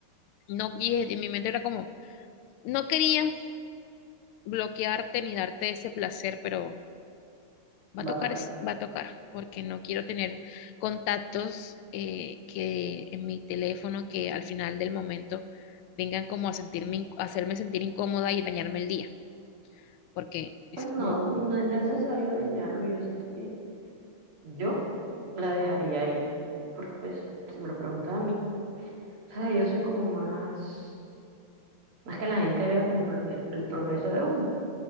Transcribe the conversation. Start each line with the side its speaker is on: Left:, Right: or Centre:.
Left: no, y en mi mente era como, no quería bloquearte ni darte ese placer, pero Va a tocar,
Right: va a tocar.
Left: va a tocar, porque no quiero tener contactos eh, que en mi teléfono que al final del momento vengan como a sentirme, inc- a hacerme sentir incómoda y dañarme el día, porque es
Right: Pues no,
Left: como,
Right: no es necesario dañarlo, yo siento que Yo la dejaría ahí, porque pues se me lo pregunta a mí. O sea, yo soy como más, más que la gente vea como el, el progreso de uno.